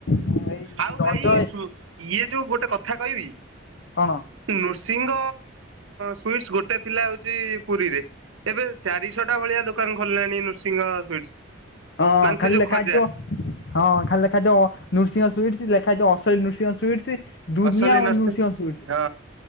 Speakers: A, on the left; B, on the right.
A: ମୁଁ ଏଇ
B: ଆଉ
A: ରଜ
B: ଭାଇ ସୁ- ଇଏ ଯଉ ଗୋଟେ କଥା କହିବି?
A: କଣ
B: ନୃସିଂହ ସୁଇଟ୍ସ୍ ଗୋଟେ ଥିଲା ହେଉଛି ପୁରୀରେ, ଏବେ ଚାରିଶହଟା ଭଳିଆ ଦୋକ ଦୋକାନ ଖୋଲିଲାଣି ନୃସିଂହ ସୁଇଟ୍, ସ
A: ହଁ
B: ମାନେ
A: ଖାଲି
B: ସେ ଯୋଉ
A: ଲେଖା
B: ଖଜା।
A: ହେଇଥିବ ହଁ, ଖାଲି ଲେଖା ହେଇଥିବ, ଅ ନୃସିଂହ ସୁଇଟ୍ସ, ଲେଖା ହେଇଥିବ ଅସଲି ନୃସିଂହ ସୁଇଟ୍ସ ଦୁନିଆ
B: ଅସଲି ନର୍ସି
A: ନୃସିଂହ ସୁଇଟ୍ସ
B: ହଁ,